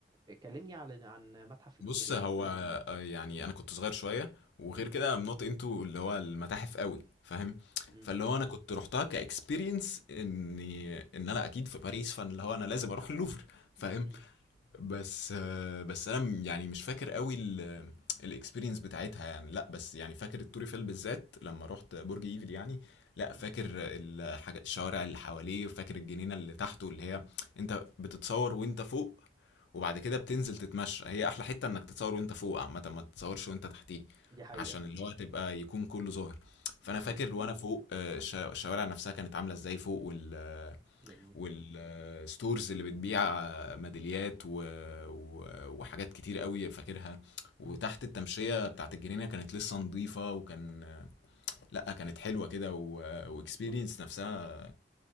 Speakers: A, on the right; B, on the left.
A: آه، كلمني على عن متحف اللوفر
B: بص
A: يعني
B: هو آه، يعني انا كنت صغير شوية وغير
A: م?
B: كده I'm not into اللي هو المتاحف قوي فاهم
A: م?
B: فاللي هو انا كنت رحتها كاكسبيرينس اني ان انا اكيد في باريس فاللي هو انا لازم اروح اللوفر فاهم
A: <laughs> م- م-
B: بس آه، بس انا م- يعني مش فاكر قوي الاكسبيرينس بتاعتها يعني لا بس يعني فاكر التوريفيل بالذات لما رحت برج ايفل يعني لا
A: م-
B: فاكر الحاجة الشوارع اللي حواليه وفاكر الجنينة اللي تحته اللي هي انت بتتصور وانت فوق وبعد كده بتنزل تتمشى هي احلى حتة انك تتصور وانت فوق عامة ما تتصورش وانت تحتيه
A: دي حقيقة
B: عشان اللي هو تبقى يكون كله ظاهر فانا
A: دي حقيقة
B: فاكر وانا فوق آه، الشا- الشوارع نفسها كانت عاملة ازاي فوق وال
A: جميل
B: والستورز اللي بتبيع ميداليات و... و... وحاجات كتير قوي فاكرها وتحت
A: م?
B: التمشية بتاعت الجنينة كانت لسه نظيفة وكان لا كانت حلوة كده واكسبيرينس نفسها